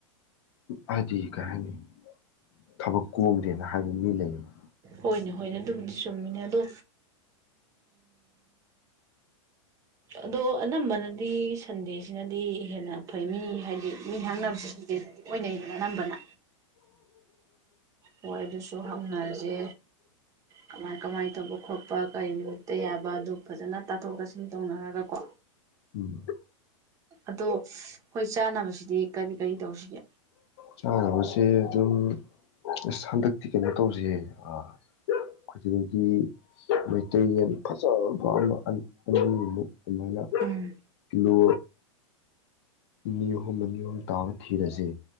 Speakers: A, on the left; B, on the right.
A: ꯍꯥꯏꯗꯤ ꯀꯩ ꯍꯥꯏꯅꯤ ꯊꯕꯛ ꯀꯣꯝꯗꯦꯅ ꯍꯥꯏꯕ ꯃꯤ ꯂꯩꯌꯦꯕ
B: ꯍꯣꯏꯅꯦ ꯍꯣꯏꯅꯦ ꯑꯗꯨꯕꯨꯗꯤ ꯆꯨꯝꯃꯤꯅꯦ ꯑꯗꯣ ꯑꯗꯣ ꯑꯅꯝꯕꯅꯗꯤ ꯁꯟꯗꯦꯁꯤꯅꯗꯤ ꯍꯦꯟꯅ ꯐꯩ ꯃꯤ ꯍꯥꯏꯗꯤ ꯃꯤ ꯍꯥꯡꯅꯕꯁꯤ ꯁꯟꯗꯦꯗꯗꯤ ꯑꯣꯏꯅꯩꯗꯅ ꯑꯅꯝꯕꯅ ꯍꯣꯏ ꯑꯗꯨꯁꯨ ꯍꯥꯡꯅꯔꯖꯦ ꯀꯃꯥꯏ ꯀꯃꯥꯏ ꯇꯧꯕ ꯈꯣꯠꯄ ꯀꯔꯤ ꯅꯨꯃꯤꯠꯇ ꯌꯥꯕ ꯑꯗꯨ ꯐꯖꯅ ꯇꯥꯊꯣꯛ ꯇꯥꯁꯤꯟ ꯇꯧꯅꯔꯒꯀꯣ
A: ꯎꯝ
B: ꯑꯗꯣ ꯈꯣꯏ ꯆꯥꯅꯕꯁꯤꯗꯤ ꯀꯔꯤ ꯀꯔꯤ ꯇꯧꯁꯤꯒꯦ
A: ꯆꯥꯅꯕꯁꯦ ꯑꯗꯨꯝ ꯑꯁ ꯍꯟꯗꯛꯇꯤ ꯀꯩꯅꯣ ꯇꯧꯖꯤꯍꯦ ꯑ ꯈꯣꯏꯖꯩꯒꯤ ꯃꯩꯇꯩ ꯌꯦꯟ ꯐꯖꯕ ꯑꯃ ꯑꯅꯤꯃꯨꯛ ꯑꯗꯨꯃꯥꯏꯅ
B: ꯎꯝ
A: ꯀꯤꯂꯣ ꯅꯤꯍꯨꯝꯕ ꯅꯤꯍꯨꯝ ꯇꯥꯕ ꯊꯤꯔꯁꯦ